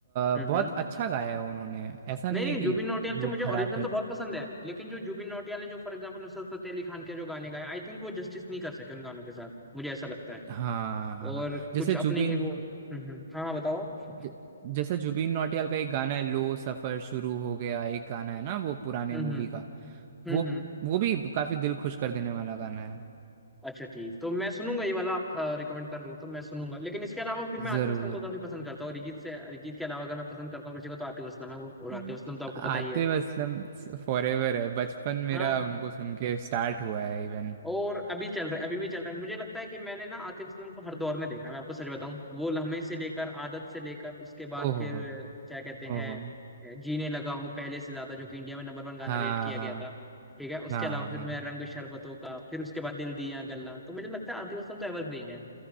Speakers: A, in the centre; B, on the right (about 35°).
A: हम्म
B: बहुत
A: हम्म।
B: अच्छा गाया है उन्होंने ऐसा नहीं
A: नहीं नहीं
B: है
A: जुबिन
B: कि
A: नौटियाल के
B: वो
A: मुझे ओरिजिनल
B: खराब करता
A: तो बहुत पसंद है लेकिन जो जुबिन नौटियाल ने जो फॉर एग्जांपल नुसरत फतेह अली खान के जो गाने गाए आई थिंक वो जस्टिस नहीं कर सके उन गानों के साथ मुझे ऐसा लगता है
B: हाँ हाँ हाँ हाँ,
A: और
B: जैसे
A: कुछ
B: जुबिन
A: अपने ही वो हम्म हम्म हाँ हाँ बताओ आप
B: ज- जैसा जुबिन नौटियाल का एक गाना है लो सफर शुरू हो गया एक गाना है ना वो पुराने
A: हम्म
B: मूवी
A: हम्म
B: का
A: हम्म
B: वो
A: हम्म।
B: वो भी काफी दिल खुश कर देने वाला गाना है
A: अच्छा ठीक तो मैं सुनूंगा ये वाला आप रिकमेंड कर रहे हो तो मैं सुनूंगा लेकिन इसके अलावा फिर मैं आतिफ
B: जरूर
A: असलम
B: जरूर
A: को काफी पसंद करता हूँ अरिजीत से अरिजीत के अलावा अगर मैं पसंद करता हूँ किसी को तो आतिफ असलम है वो और आतिफ
B: <laughs>
A: असलम तो आपको
B: आतिफ
A: पता ही है
B: असलम फॉरेवर है बचपन मेरा
A: हाँ
B: उनको सुन के स्टार्ट हुआ है इवन
A: और अभी चल रहा है अभी भी चल रहा है मुझे लगता है कि मैंने ना आतिफ असलम को हर दौर में देखा है मैं आपको सच बताऊं वो लम्हे से लेकर आदत से लेकर उसके बाद
B: ओहो
A: फिर अ, क्या कहते हैं
B: ओहो
A: अ, जीने लगा हूं पहले से ज्यादा जो कि इंडिया में नंबर वन गाना
B: हाँ
A: रेट किया
B: हाँ
A: गया था ठीक है उसके
B: हाँ
A: अलावा फिर
B: हाँ
A: मैं रंग शरबतों का फिर उसके बाद दिल दिया गल्ला तो मुझे लगता है आतिफ असलम तो एवरग्रीन है